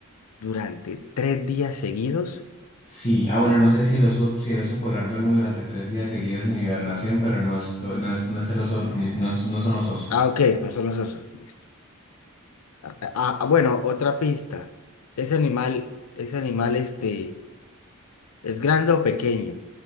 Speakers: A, on the left (about 80°); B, on the left (about 30°).
A: durante tres días seguidos.
B: Sí, ah bueno,
A: Pero-
B: no sé si el oso, si el oso polar duerme durante tres días seguidos en hibernación, pero no, esto- no es, no es el oso, ni- no, es- no son los osos.
A: Ah, ok, no son los osos. Listo. Ah, eh, ah, ah, bueno, otra pista. Ese animal, ese animal, este, ¿es grande o pequeño?